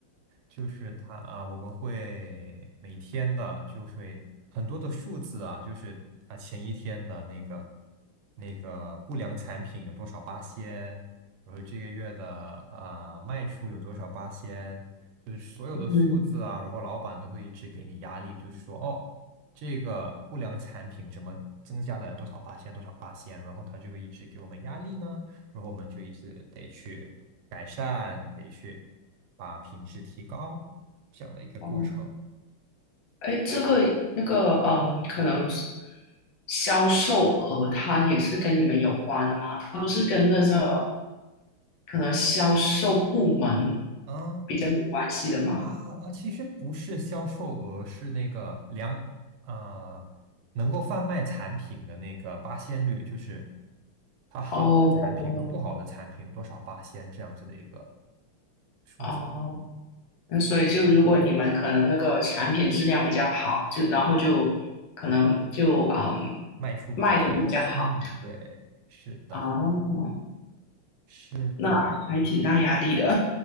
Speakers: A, on the right (about 80°); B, on the left (about 70°).
A: 就是他啊，我们会每天的，就是会很多的数字啊，就是啊前一天的那个那个不良产品有多少八仙，然后这个月的啊卖出有多少八仙，就是所有的数字啊，
B: <laughs> 嗯，
A: 然后老板都会一直给你压力，就是说哦，这个不良产品怎么增加了多少八仙多少八仙，然后他就会一直给我们压力呢。然后我们就一直得去改善，得去把品质提高，这样的一个过程。
B: 哦哎，这个那个，嗯，可能是销售额它也是跟你们有关的吗？它不是跟那个可能销售部门
A: 嗯
B: 比较有关系的吗？
A: 啊啊，其实不是销售额，是那个量啊，能够贩卖产品的那个八仙率，就是它好的产品和不好的产品有多少八仙这样子的一个
B: 哦哦
A: 数字，
B: 哦，那所以就如果你们可能那个产品质量比较好，就然后就可能就嗯
A: 卖出比较多。
B: 卖的比较好
A: 嗯，对，是的，
B: 哦，
A: 是的，
B: 那还挺大压力的，